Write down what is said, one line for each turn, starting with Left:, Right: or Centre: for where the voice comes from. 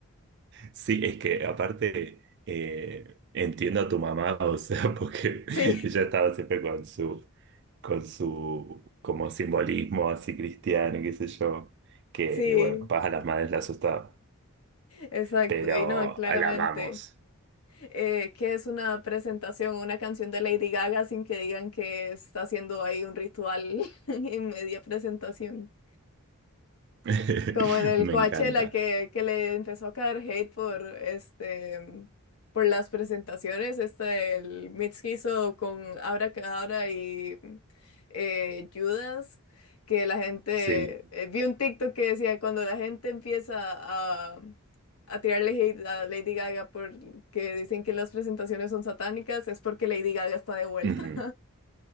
Right: Sí, es que aparte eh, entiendo a tu mamá, o sea, <laughs> porque
Left: Sí,
Right: ella estaba siempre con su, con su como simbolismo así cristiano, qué sé yo, que
Left: <laughs> sí.
Right: bueno, capaz a las madres la asustaba,
Left: Exacto,
Right: pero
Left: y no, claramente.
Right: la amamos.
Left: Eh, que es una presentación, una canción de Lady Gaga sin que digan que está haciendo ahí un ritual <laughs> en media presentación?
Right: <laughs>
Left: Como en el
Right: Me
Left: Coachella
Right: encanta.
Left: que, que le empezó a caer hate por este por las presentaciones. Este el mix que hizo con Abracadabra y eh, Judas, que la gente
Right: Sí.
Left: eh, vi un TikTok que decía cuando la gente empieza a, a tirarle hate a Lady Gaga porque dicen que las presentaciones son satánicas, es porque Lady Gaga está de vuelta.
Right: Ujú.